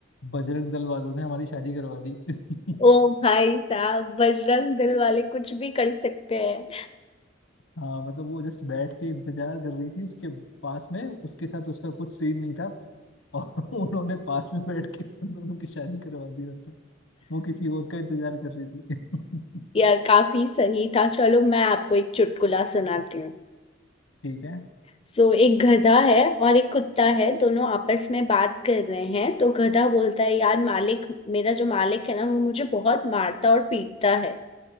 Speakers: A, on the left; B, on the left.
A: बजरंग दल वालों ने हमारी शादी करवा दी <laughs>
B: ओ भाई साहब बजरंग दल वाले कुछ भी कर सकते हैं
A: हाँ मतलब वो जस्ट बैठ के इंतजार कर रही थी उसके पास में उसके साथ उसका कुछ सीन नहीं था और <laughs> उन्होंने पास में बैठ के <laughs> उन दोनों की शादी करवा दी मतलब वो किसी और का इंतजार कर रही थी
B: <laughs>
A: <laughs>
B: यार काफी सही था चलो मैं आपको एक चुटकुला सुनाती हूँ
A: ठीक है
B: सो एक गधा है और एक कुत्ता है दोनों आपस में बात कर रहे हैं तो गधा बोलता है यार मालिक मेरा जो मालिक है ना वो मुझे बहुत मारता और पीटता है